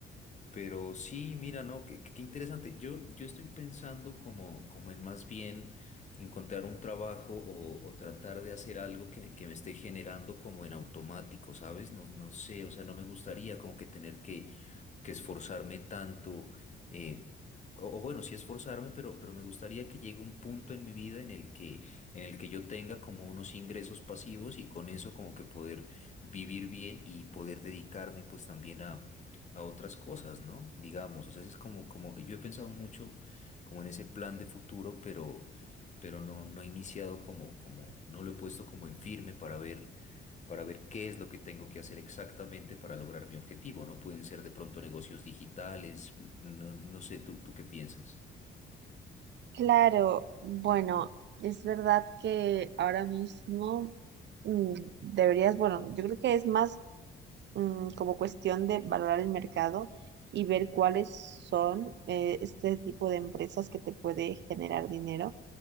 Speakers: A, on the left (about 35°); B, on the right (about 65°).
A: Pero sí, mira, no, qué, qué interesante. Yo, yo estoy pensando como, como en más bien encontrar un trabajo o, o tratar de hacer algo que, que me esté generando como en automático, ¿sabes? No, no sé, o sea, no me gustaría como que tener que, que esforzarme tanto, eh, o, o bueno, sí esforzarme, pero, pero me gustaría que llegue un punto en mi vida en el que, en el que yo tenga como unos ingresos pasivos y con eso como que poder vivir bien y poder dedicarme pues también a otras cosas, ¿no? Digamos, o sea, es como, como, yo he pensado mucho como en ese plan de futuro, pero, pero no, no he iniciado como, como, no lo he puesto como en firme para ver, para ver qué es lo que tengo que hacer exactamente para lograr mi objetivo, ¿no? Pueden ser de pronto negocios digitales, no, no sé, ¿tú, tú qué piensas?
B: Claro, bueno, es verdad que ahora mismo mm, deberías, bueno, yo creo que es más mm, como cuestión de valorar el mercado y ver cuáles son eh, este tipo de empresas que te puede generar dinero